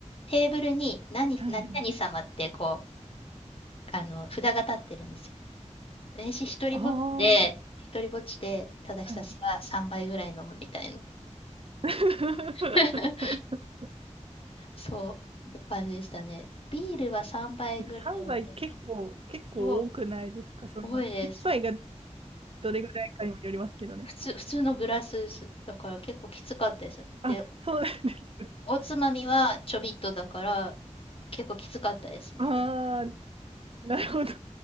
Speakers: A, on the left; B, on the right.
A: テーブルに何、
B: はい。
A: 何々様ってこう、あの、札が立ってるんですよ。私一人ぼっちで、
B: ああ、
A: 一人ぼっちで、ただひたすら3倍ぐらい飲むみたいな。
B: はい。<laughs>
A: <laughs> そう、な感じでしたね。ビールは3倍ぐらいまで。
B: 3杯結構、結構多くないですかその、
A: お、多いです。
B: 1杯がどれぐらいかにもよりますけどね。
A: 普通、普通のグラスです。だから結構きつかったです。
B: あ、
A: で、
B: そうなんです。
A: おつまみはちょびっとだから、結構きつかったですね。
B: ああ、
A: で、
B: なるほど。